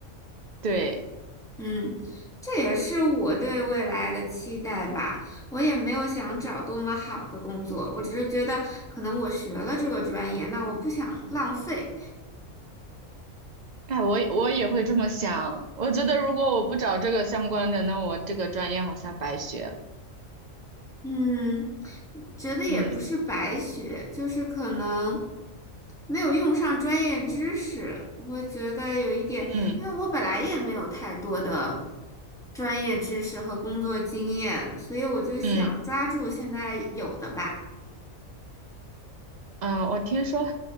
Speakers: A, on the right (about 50°); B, in the centre.
A: 对，
B: 嗯，这也是我对未来的期待吧。我也没有想找多么好的工作，我只是觉得可能我学了这个专业，那我不想浪费。
A: 哎，我也我也会这么想。我觉得如果我不找这个相关的，那我这个专业好像白学了。
B: 嗯，觉得也不是白学，
A: 嗯
B: 就是可能没有用上专业知识，我觉得有一点，
A: 嗯
B: 因为我本来也没有太多的专业知识和工作经验，所以我就想抓住现在有的吧。
A: 嗯。嗯，我听说，